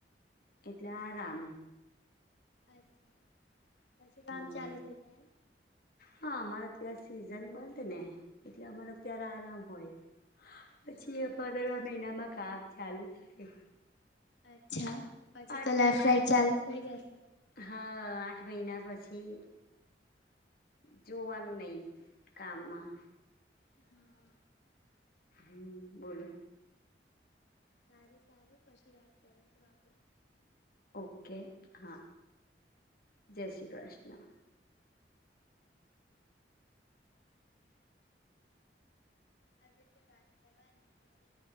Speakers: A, on the left (about 55°); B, on the left (about 85°).
A: એટલે
B: હા
A: આરામ
B: અચ્છા પછી કામ
A: હમ
B: ચાલુ થઈ જાયમ.
A: હા અમારા તં સિઝન બંધ ને એટલે અમારા ત્યારે આરામ હોય. પછી
B: એમ. હા
A: પંદરવા
B: એ તો
A: મહિનામાં
B: છે
A: કામ ચાલુ થાય.
B: અચ્છા પછી
A: આઠ
B: તો લેફ્ટ
A: મહિના
B: રાઈટ ચાલુ થઈ જશે.
A: હા આઠ મહિના પછી. જોવાનુ નહી કામમા
B: હમ્મ
A: હમ બોલો
B: સારું સારું કછી વાત કરીું છુ, આપુ
A: ઓકે હા જય શ્રી કૃષ્ણ
B: આવી રીતે વાત કરવાની પછી